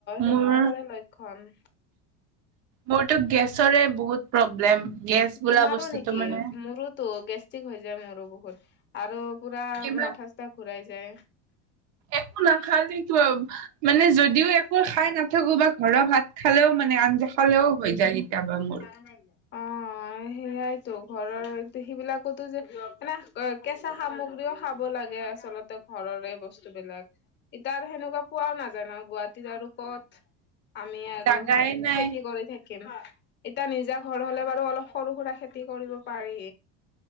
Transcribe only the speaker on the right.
মোৰ
মোৰতো গেছৰে বহুত প্ৰব্লেম গেছ বোলা
বস্তুটো
মানে
কিবা
একো নাখালে তিব মানে যদিও একো খাই নাথাকো বা ঘৰৰ ভাত খালেও মানে আঞ্জা খালেও হৈ যায় কেতিয়াবা মোৰ
জাগাই নাই